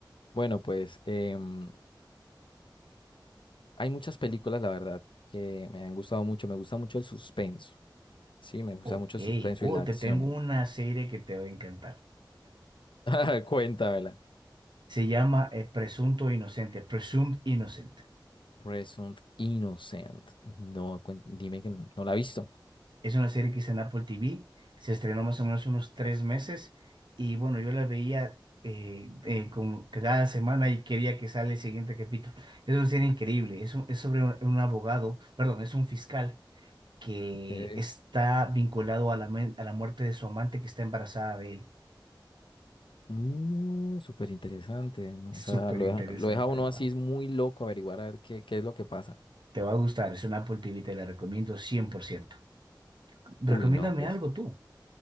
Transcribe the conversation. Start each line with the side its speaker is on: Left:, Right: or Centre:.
Left: Bueno, pues em, hay muchas películas, la verdad, que me han gustado mucho. Me gusta mucho el suspenso. Sí, me gusta
Right: Ok,
Left: mucho el suspenso
Right: oh,
Left: y la acción.
Right: te tengo una serie que te va a encantar.
Left: <laughs> Cuéntamela.
Right: Se llama eh, Presunto Inocente, Presumed Innocent.
Left: Presumed Innocent. No, cuen- dime que no, no la ha visto.
Right: Es una serie que está en Apple TV. Se estrenó más o menos unos tres meses. Y bueno, yo la veía eh, eh, con- cada semana y quería que sale el siguiente capítulo. Es una serie increíble. Es, un- es sobre un, un abogado, perdón, es un fiscal que
Left: Ok.
Right: está vinculado a la, men- a la muerte de su amante que está embarazada de él.
Left: Mm, súper interesante, ¿no?
Right: Súper
Left: O sea, lo
Right: interesante,
Left: deja, lo deja uno
Right: hermano.
Left: así, es muy loco averiguar a ver qué, qué es lo que pasa.
Right: Te va a gustar. Es una Apple TV, te la recomiendo cien por ciento Recomiéndame
Left: Uy, no, pues.
Right: algo tú.